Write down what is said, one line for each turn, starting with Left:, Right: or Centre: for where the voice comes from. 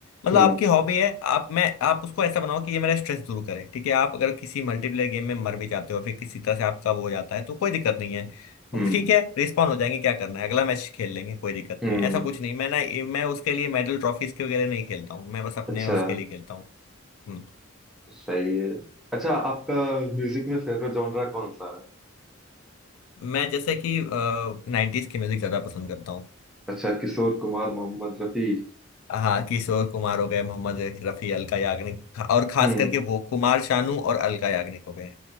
Left: मतलब
Centre: हम्म
Left: आपकी हॉबी है आप मैं आप उसको ऐसा बनाओ कि ये मेरा स्ट्रेस दूर करे ठीक है आप अगर किसी मल्टीप्लेयर गेम में मर भी जाते हो फिर किसी तरह से आपका वो हो जाता है तो कोई दिक्कत नहीं है तो
Centre: हम्म
Left: ठीक है रिस्पॉन्ड हो जाएंगे क्या करना है अगला मैच खेल लेंगे कोई दिक्कत
Centre: हम्म
Left: नहीं है। ऐसा कुछ नहीं मैं ना मैं उसके लिए मेडल ट्रॉफीज के वगैरह नहीं खेलता हूँ मैं बस अपने
Centre: अच्छा
Left: उसके लिए खेलता हूँ हम्म।
Centre: सही है अच्छा आपका म्यूजिक में फेवरेट जॉनरा कौन सा है
Left: मैं जैसे कि नाइन्टीज की म्यूजिक ज्यादा पसंद करता हूँ
Centre: अच्छा किशोर कुमार मोहम्मद रफी
Left: हाँ किशोर कुमार हो गए मोहम्मद रफी अलका याग्निक खा- और खास
Centre: हम्म
Left: करके वो कुमार शानू और अलका याग्निक हो गए